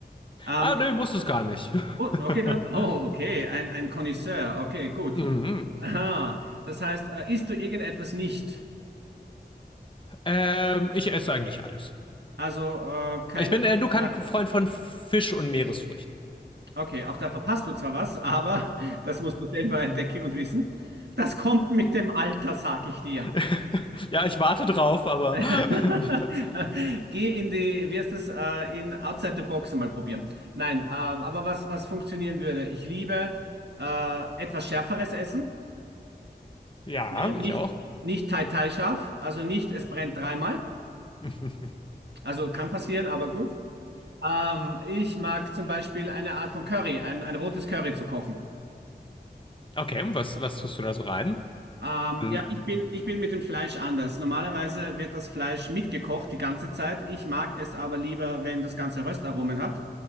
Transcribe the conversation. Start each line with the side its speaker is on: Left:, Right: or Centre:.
Right: Ähm,
Left: Ah, nee, musst du es gar nicht.
Right: oh, okay,
Left: <laughs>
Right: dann, oh, okay, ein, ein Connoisseur, okay, gut.
Left: Mhm.
Right: Aha, das heißt, äh, isst du irgendetwas nicht?
Left: Ähm, ich esse eigentlich alles.
Right: Also äh, keiner
Left: Ich bin, äh, du kannst
Right: sagt,
Left: Freund von Fisch und Meeresfrüchten.
Right: okay, auch da verpasst du zwar was, aber <laughs> das musst du selber entdecken und wissen. Das kommt mit dem Alter, sag ich dir.
Left: <laughs> Ja, ich warte drauf, aber.
Right: <laughs>
Left: <laughs>
Right: Geh in die, wie heißt das, äh, in Outside the Box mal probieren. Nein, äh, aber was, was funktionieren würde? Ich liebe äh, etwas schärferes Essen.
Left: Ja,
Right: Ja, nicht,
Left: ich auch.
Right: nicht Thai Thai scharf, also nicht, es brennt dreimal.
Left: <laughs>
Right: Also kann passieren, aber gut. Ähm, ich mag zum Beispiel eine Art von Curry, ein, ein rotes Curry zu kochen.
Left: Okay, und was, was tust du da so rein?
Right: Ähm,
Left: An-
Right: ja, ich bin, ich bin mit dem Fleisch anders. Normalerweise wird das Fleisch mitgekocht die ganze Zeit. Ich mag es aber lieber, wenn das Ganze Röstaromen hat.